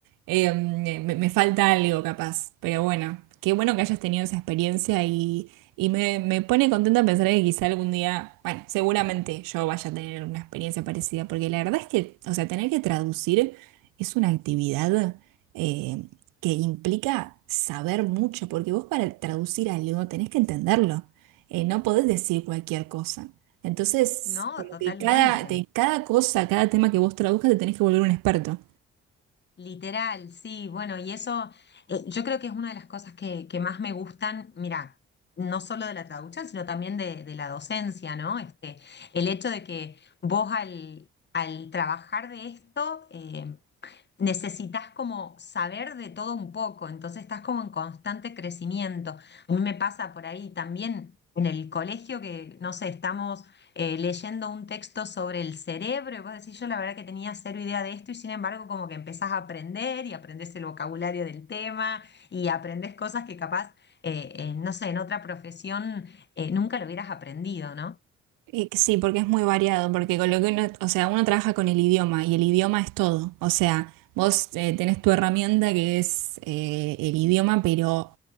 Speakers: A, on the right; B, on the left.
A: eh, me, me falta algo capaz. Pero bueno, qué bueno que hayas tenido esa experiencia y, y me, me pone contenta pensar que quizá algún día, bueno, seguramente yo vaya a tener una experiencia parecida, porque la verdad es que, o sea, tener que traducir es una actividad eh, que implica saber mucho, porque vos para traducir algo tenés que entenderlo. Eh, no podés decir cualquier cosa. Entonces,
B: No,
A: como
B: totalmente.
A: que cada, de cada cosa, cada tema que vos traduzcas, te tenés que volver un experto.
B: Literal, sí, bueno, y eso eh, yo creo que es una de las cosas que, que más me gustan, mira, no solo de la traducción, sino también de, de la docencia, ¿no? Este, el hecho de que vos al, al trabajar de esto, eh, necesitas como saber de todo un poco, entonces estás como en constante crecimiento. A mí me pasa por ahí también en el colegio que, no sé, estamos eh, leyendo un texto sobre el cerebro y vos decís, yo la verdad que tenía cero idea de esto y sin embargo como que empezás a aprender y aprendés el vocabulario del tema y aprendés cosas que capaz, eh, eh, no sé, en otra profesión eh, nunca lo hubieras aprendido, ¿no?
A: Y que sí, porque es muy variado, porque con lo que uno, o sea, uno trabaja con el idioma y el idioma es todo. O sea, vos eh, tenés tu herramienta que es eh, el idioma, pero